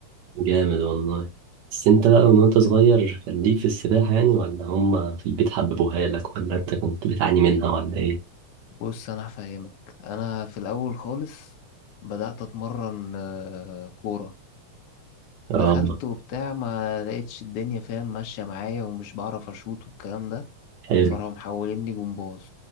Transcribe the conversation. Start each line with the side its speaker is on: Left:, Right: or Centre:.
Right: جامد والله بس انت بقى من وانت صغير كان ليك في السباحة يعني ولا هما في البيت حببوها لك ولا انت كنت بتعاني منها ولا ايه؟
Left: بص انا هفهمك انا في الاول خالص بدأت اتمرن آه، كورة دخلت
Right: اه
Left: وبتاع ما لقيتش الدنيا فاهم ماشية معايا ومش بعرف اشوط والكلام ده
Right: حلو
Left: فراحوا محوليني جمباز